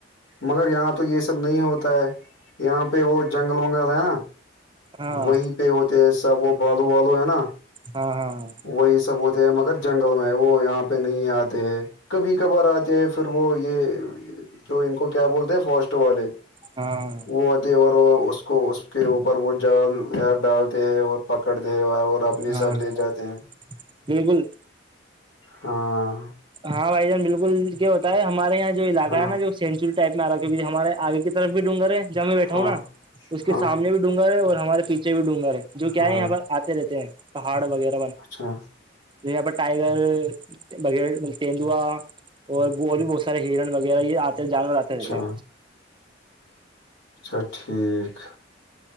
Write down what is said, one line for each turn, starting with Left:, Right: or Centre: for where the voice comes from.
Left: مگر یہاں تو یہ سب نہیں ہوتا ہے یہاں پہ وہ جنگل ونگل ہے نا
Right: ہاں
Left: وہیں پہ ہوتے سب وہ بالو والو ہے نا
Right: ہاں ہاں
Left: وہی سب ہوتے ہیں مگر جنگل میں ہے وہ یہاں پہ نہیں آتے ہے کبھی کبھار آتے ہیں پھر وہ یہ جو ان کو کیا بولتے ہیں فاسٹ والے
Right: ہاں
Left: وہ اور وہ اس کو اس کے اوپر وہ جالیر ڈالتے ہیں اور پکڑتے اور اپنے
Right: ہاں
Left: ساتھ لے جاتے
Right: بالکل
Left: ہاں
Right: ہاں بھائی جان بالکل کیا ہوتا ہے ہمارے یہاں جو علاقہ
Left: ہاں
Right: ہے نا جو سینچریی ٹائپ میں آ رہا ہےکہ ہمارے آگے کی طرف بھی ڈون گر ہے جب میں بیٹھا
Left: ہاں
Right: ہوں نا اس کے
Left: ہاں
Right: سامنے بھی ڈ گگر ہے اور ہمارے پیچھے بھی ڈون گگر ہے جو کیا
Left: ہاں
Right: ہے یہاں پر آتے رہتے ہیں پہاڑ وغیرہ ب
Left: اچھا
Right: یہاں پر ٹائیگر بغیر تیندوا اور اور بھی بہت سارے ہرن وغیرہ یہ آتے ہیں جانور آتے
Left: اچھا
Right: رہتے ہیں
Left: اچھا ٹھیک